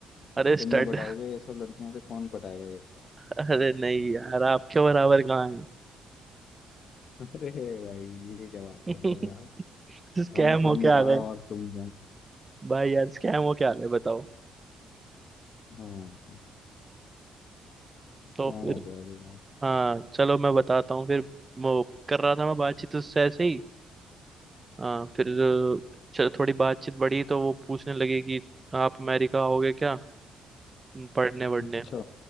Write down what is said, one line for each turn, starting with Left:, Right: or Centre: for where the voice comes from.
Right: अरे स्टड
Left: तुम नहीं पटाओगे ये सब लड़कियां तो कौन पटाएगा ये बताओ
Right: <laughs> अरे नहीं यार आपके बराबर कहाँ है
Left: <laughs> अरे भाई ये क्या बात
Right: <laughs>
Left: कर रहे हो यार
Right: स्कैम
Left: हम हम
Right: होके
Left: कहाँ
Right: आ गए
Left: और तुम
Right: भाई यार स्कैम हो क्या हाल है बताओ
Left: कहाँ हाँ स्कैम
Right: तो फिर
Left: हो गया अभी यार
Right: हाँ चलो मैं बताता हूँ फिर वो कर रहा था मैं बातचीत उससे ऐसे ही हाँ फिर अ, चल- थोड़ी बातचीत बढ़ी तो वो पूछने लगे कि आप अमेरिका आओगे क्या पढ़ने वढ़ने
Left: अच्छा